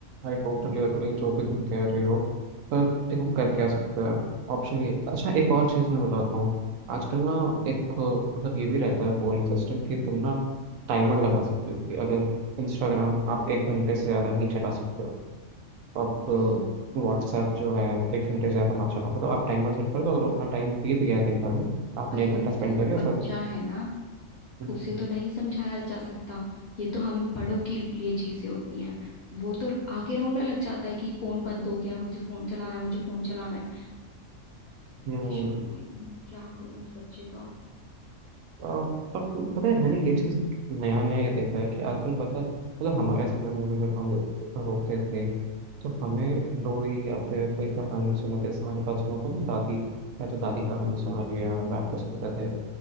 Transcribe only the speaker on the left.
हम्म
अरे
वो तो
बच्चा
है ना
उसे तो नहीं समझाया जा सकता ये तो हम बड़ों के लिए चीजें होती हैं वो तो आके रोने लग जाता है कि फोन बंद हो गया मुझे फोन चलाना है मुझे फोन चलाना है मैं
परेशान हो गई क्या करूं उस बच्चे का